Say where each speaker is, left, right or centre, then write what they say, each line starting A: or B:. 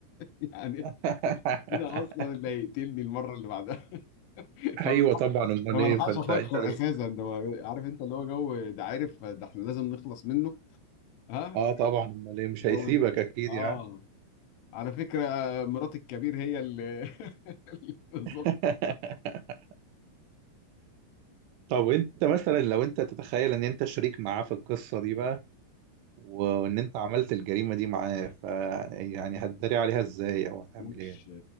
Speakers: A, on the left; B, on the right.
A: يعني
B: <laughs>
A: انا اصلا اللي هيقتلني المره اللي بعدها <laughs> فما
B: ايوه طبعا امال
A: فما
B: ايه
A: الحقش
B: فانت
A: افكر
B: انت دلوقتي
A: اساسا ده هو عارف انت اللي هو جو ده عارف ده احنا لازم نخلص منه ها
B: اه طبعا امال ايه مش
A: جو
B: هيسيبك
A: ال-
B: اكيد
A: اه
B: يعني
A: على فكره مرات الكبير هي اللي <laughs> بالظبط
B: <laughs> طب انت مثلا لو انت تتخيل ان انت شريك معاه في القصة دي بقى وان انت عملت الجريمة دي معاه ف يعني هتداري عليها ازاي او هتعمل
A: انا مش
B: ايه